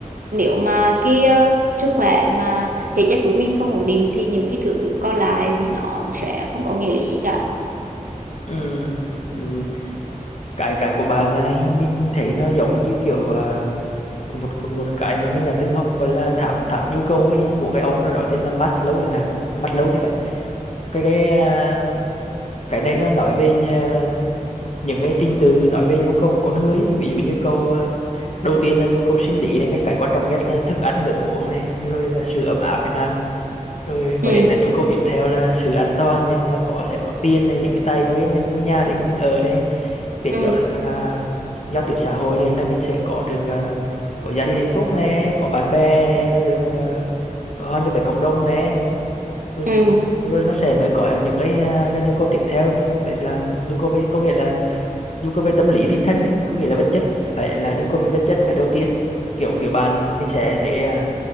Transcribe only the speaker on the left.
ừ. ừ. cái cái của bạn là hình- mình thấy nó giống như kiểu à, của một một một cái mà mình đã từng học gọi là tháp tháp nhu cầu ấy của cái ông nào đó tên là Maslow chẳng hạn à, Maslow thì phải cái cái à, cái này nó nói về nhà- những cái trình tự nói về nhu cầu của con người ấy. ví dụ như câu à, đầu tiên là nhu cầu sinh lý này cái cái quan trọng nhất là thức ăn nước uống này rồi là sự ấm áp chẳng hạn rồi mới
đến là nhu cầu tiếp theo là sự an toàn này là có sẽ có tiền này những cái tài nguyên và ngôi nhà để mình ở này tiếp
đó là giao tiếp xã hội này là mình sẽ có được à, có gia đình hạnh phúc này có bạn bè này rồi được à, có hòa nhập với cộng đồng này rồi,
rồi nó sẽ mới có những cái, à, cái nhu cầu tiếp theo như vậy là nhu cầu về có nghĩa là nhu cầu về tâm lý tinh thần đấy có nghĩa là vật chất phải là nhu cầu về vật chất phải đầu tiên kiểu kiểu bạn mình sẽ thấy à,